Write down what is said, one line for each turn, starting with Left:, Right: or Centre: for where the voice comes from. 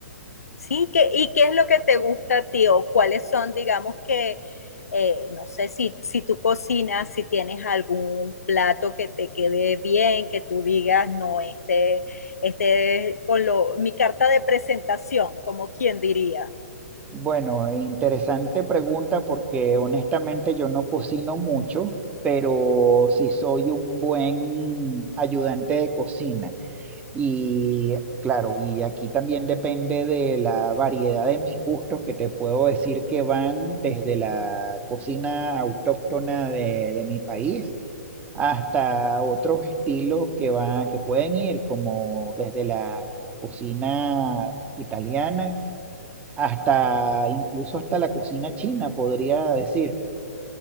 Left: ¿Sí? ¿Qué- ¿Y qué es lo que te gusta a ti o cuáles son, digamos que, eh, no sé si, si tú cocinas, si tienes algún plato que te quede bien, que tú digas, no, este, este es con lo, mi carta de presentación, como quien diría.
Right: Bueno, eh, interesante pregunta porque honestamente yo no cocino mucho, pero sí soy un buen ayudante de cocina. Y claro, y aquí también depende de la variedad de mis gustos que te puedo decir que van desde la cocina autóctona de de mi país hasta otros estilos que van, que pueden ir como desde la cocina italiana hasta incluso hasta la cocina china, podría decir.